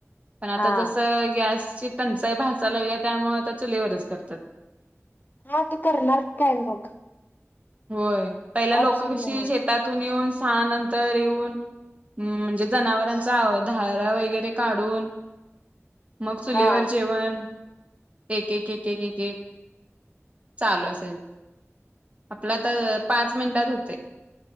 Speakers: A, on the right (about 25°); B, on the left (about 40°).
A: पण आता
B: हा
A: जसं गॅसची टंचाई भसा लागली त्यामु आता चुलीवरच भरतात.
B: हा ते करणार काय मग
A: होय पहिला लोक
B: ऑप्शन
A: कशी
B: देणार
A: शेतातून येऊन सहा नंतर येऊन हम् म्हणजे जनावरांचा धारा वगैरे काढून मग चुलेवर
B: हा.
A: जेवण एक एक एक एक एक चालू असेल आपला तर पाच मिनिटात होते